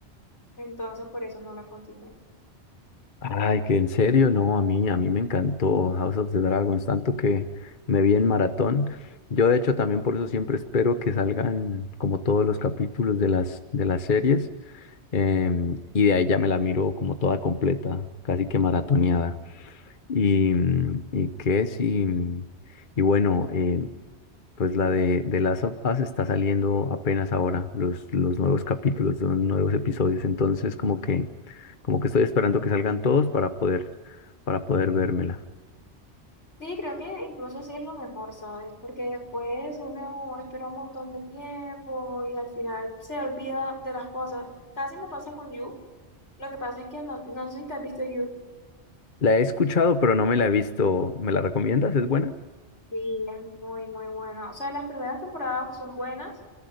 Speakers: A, on the left; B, on the left.
A: entonces por eso no la continué.
B: Ay, que en serio, no, a mí, a mí me encantó House of the Dragons, tanto que me vi en maratón. Yo de hecho también por eso siempre espero que salgan como todos los capítulos de las, de las series, em, y de ahí ya me la miro como toda completa, casi que maratoneada. Y, mm, y qué sí. Y bueno, eh, pues la de The Last of Us está saliendo apenas ahora, los, los nuevos capítulos, los nuevos episodios. Entonces, como que, como que estoy esperando que salgan todos para poder, para poder vérmela.
A: Sí, creo que incluso sí es lo mejor, ¿sabes? Porque después uno espera un montón de tiempo y al final se olvida de las cosas. Casi me pasa con You. Lo que pasa es que no, no sé si te has visto You.
B: La he escuchado, pero no me la he visto. ¿Me la recomiendas? ¿Es buena?
A: Sí, es muy, muy buena. O sea, las primeras temporadas son buenas.